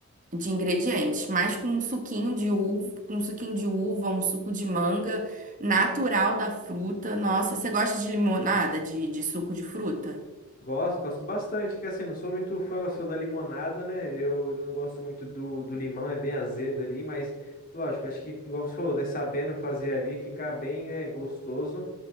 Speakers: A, on the right; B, on the left.
A: de ingredientes, mas com um suquinho de uva, com um suquinho de uva, um suco de manga natural da fruta. Nossa, você gosta de limonada, de, de suco de fruta?
B: Gosto, gosto bastante, que assim, não sou muito fã, eu sou da limonada, né? Eu não gosto muito do, do limão, é né? bem azedo ali, mas lógico, acho que, igual você falou, né? Sabendo fazer ali, fica bem, né, gostoso.